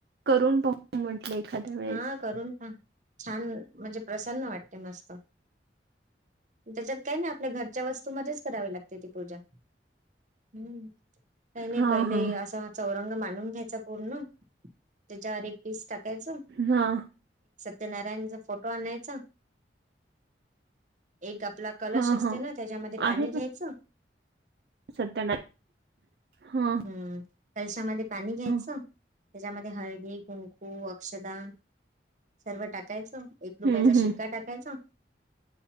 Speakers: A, on the right; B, on the right.
A: करून पाहू म्हटलं एखाद्या वेळेस
B: हा करून पहा छान म्हणजे प्रसन्न वाटते मस्त त्याच्यात काही नाही आपल्या घरच्या वस्तूमध्येच करावी लागते ती पूजा हम्म काही नाही
A: हा
B: पहिले
A: हा
B: असा चौरंग मांडून घ्यायचा पूर्ण त्याच्यावर एक पीस टाकायचं
A: हा.
B: ते नारायणचा फोटो आणायचा एक आपला कलश
A: हा
B: असते
A: हा
B: ना त्याच्यामध्ये पाणी
A: आहे
B: घ्यायचं
A: ना सत्यनारायण हा
B: हम्म कलशामध्ये पाणी घ्यायचं
A: हा
B: त्याच्यामध्ये हळदी कुंकू अक्षदा सर्व टाकायचं एक रुपयाचा
A: हम्म
B: शिक्का
A: हम्म
B: टाकायचा